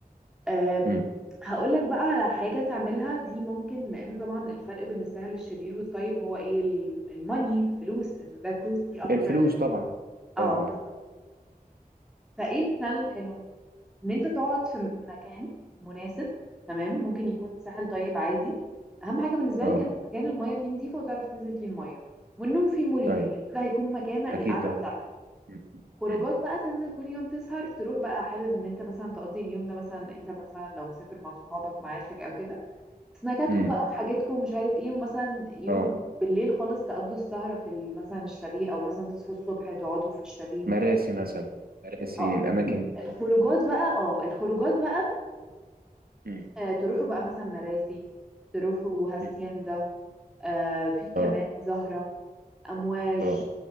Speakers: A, in the centre; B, on the right.
A: آآ،
B: مم.
A: هاقول لك بقى على حاجة تعملها دي ممكن لإنه طبعًا الفرق بين الساحل الشرير والطيب هو إيه ال الmoney الفلوس إنه ده costly أكتر
B: الفلوس طبعا
A: اه
B: اه
A: بالظبط
B: اه
A: فايه البلان الحلوه ان انت تقعد في م- مكان مناسب تمام ممكن يكون ساحل طيب عادي اهم حاجه بالنسبه
B: اه
A: لك ان مكان المايه فيه نظيفه وتعرف تنزل فيه المايه والنوم فيه مريح
B: ايوه
A: لأن ده هيكون مكان القعده
B: اكيد طبعا
A: بتاعتك
B: مم.
A: خروجات
B: مم.
A: بقى تنزل كل يوم تسهر تروح بقى حابب ان انت مثلا تقضي اليوم ده مثلا انت مثلا لو مسافر مع صحابك مع عيلتك او كده سناكاتكو
B: امم
A: بقى وحاجاتكو ومش عارف ايه ومثلا يوم
B: اه
A: بالليل خالص تقضوا السهرة في ال- مثلا الشاليه او مثلا تصحوا الصبح تقعدوا في الشاليه
B: مراسي مثلا مراسي
A: آه،
B: الاماكن دي
A: الخروجات بقى اه الخروجات بقى
B: مم.
A: آه تروحوا بقى مثلا مراسي تروحوا هاسيندا
B: مم.
A: آه في كمان
B: اه
A: زهرة امواج
B: اه